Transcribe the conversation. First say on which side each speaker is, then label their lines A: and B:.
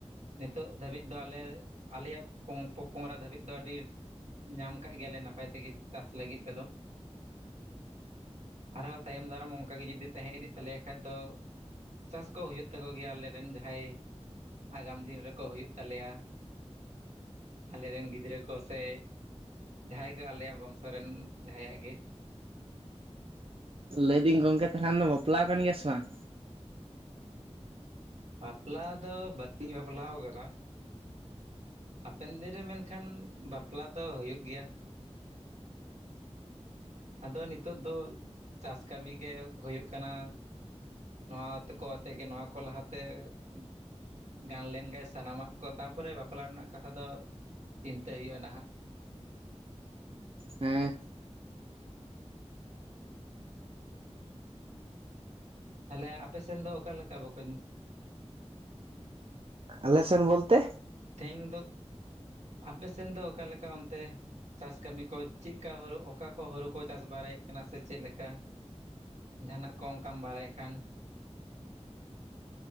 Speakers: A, on the right (about 85°); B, on the right (about 55°).
A: ᱱᱤᱛᱚᱜ ᱫᱷᱟᱹᱵᱤᱡ ᱫᱚ ᱟᱞᱮ, ᱟᱞᱮᱭᱟᱜ ᱯᱚᱝ ᱯᱚᱯᱚᱝᱨᱟ ᱫᱷᱟᱹᱵᱤᱡ ᱫᱚ ᱟᱹᱰᱤ ᱧᱟᱢ ᱠᱟᱜ ᱜᱮᱭᱟᱞᱮ ᱱᱟᱯᱟᱭ ᱛᱮᱜᱮ ᱪᱟᱥ ᱞᱟᱹᱜᱤᱫ ᱛᱮᱫᱚ, ᱟᱨᱦᱚ ᱛᱟᱭᱚᱢ ᱫᱟᱨᱟᱢ ᱚᱱᱠᱟ ᱜᱮ ᱡᱩᱫᱤ ᱛᱟᱦᱮᱸ ᱤᱫᱤᱜ ᱛᱟᱞᱮᱭᱟ ᱠᱷᱟᱡ ᱫᱚ ᱪᱟᱥ ᱠᱚ ᱦᱩᱭᱩᱜ ᱛᱟᱠᱚ ᱜᱮᱭᱟ, ᱟᱞᱮᱨᱮᱱ ᱡᱟᱦᱟᱭ ᱟᱜᱟᱢ ᱫᱤᱱ ᱨᱮᱠᱚ ᱦᱩᱭᱩᱜ ᱛᱟᱞᱮᱭᱟ, ᱟᱞᱮᱨᱮᱱ ᱜᱤᱫᱽᱨᱟᱹ ᱠᱚ ᱥᱮ ᱡᱟᱦᱟᱭ ᱜᱮ ᱟᱞᱮᱭᱟᱜ ᱵᱚᱝᱥ ᱠᱚᱨᱮᱱ ᱡᱟᱦᱟᱭᱟᱜ ᱜᱮ,
B: ᱞᱟᱹᱭᱫᱤᱧ ᱜᱚᱝᱠᱮ ᱛᱟᱦᱞᱮ ᱫᱚ ᱵᱟᱯᱞᱟᱣ ᱠᱟᱱ ᱜᱮᱭᱟ ᱥᱮ ᱵᱟᱝ?
A: ᱵᱟᱯᱞᱟ ᱫᱚ <unintelligible> ᱵᱟᱹᱞᱤᱧ ᱵᱟᱯᱞᱟᱣ ᱠᱟᱱᱟ, ᱦᱟᱯᱮᱱ ᱫᱤᱱ ᱨᱮ ᱢᱮᱱᱠᱷᱟᱱ ᱵᱟᱯᱞᱟ ᱫᱚ ᱦᱩᱭᱩᱜ ᱜᱮᱭᱟ᱾ ᱟᱫᱚ ᱱᱤᱛᱚᱜ ᱫᱚ ᱪᱟᱥ ᱠᱟᱢᱤ ᱜᱮ ᱦᱳᱭᱳᱜ ᱠᱟᱱᱟ᱾ ᱱᱚᱣᱟ ᱛᱮᱠᱚ ᱟᱛᱮᱜᱮ ᱱᱚᱣᱟ ᱠᱚ ᱞᱟᱦᱟᱛᱮ, ᱩᱸ ᱜᱟᱱ ᱞᱮᱱ ᱜᱮ ᱥᱟᱱᱟᱢᱟᱜ ᱠᱚ, ᱛᱟᱯᱚᱨᱮ ᱵᱟᱯᱞᱟ ᱨᱮᱱᱟᱜ ᱠᱟᱛᱷᱟ ᱫᱚ ᱪᱤᱱᱛᱟᱹ ᱦᱩᱭᱩᱜᱼᱟ ᱱᱟᱦᱟᱜ,
B: ᱮᱸ,
A: ᱛᱷᱟᱞᱮ ᱟᱯᱮᱥᱮᱱ ᱫᱚ ᱚᱠᱟ ᱞᱮᱠᱟ ᱵᱚᱠᱚᱹᱧ?
B: ᱟᱞᱮᱥᱮᱱ ᱵᱚᱞᱛᱮ?
A: ᱛᱷᱮᱧ ᱫᱳᱜ ᱟᱯᱮᱥᱱ ᱫᱚ ᱚᱠᱟᱞᱮᱠᱟ ᱚᱱᱛᱮ, ᱪᱟᱥ ᱠᱟᱹᱢᱤ ᱠᱚ ᱪᱮᱜᱠᱟ ᱦᱳᱨᱳ, ᱚᱠᱟ ᱠᱚ ᱦᱳᱨᱳ ᱠᱚ ᱪᱟᱥ ᱵᱟᱨᱟᱭᱮᱜ ᱠᱟᱱᱟ ᱥᱮ ᱪᱮᱫ ᱞᱮᱠᱟ? ᱡᱟᱦᱟᱱᱟᱜ ᱠᱚ ᱚᱱᱠᱟᱢ ᱵᱟᱲᱟᱭ ᱠᱷᱟᱱ,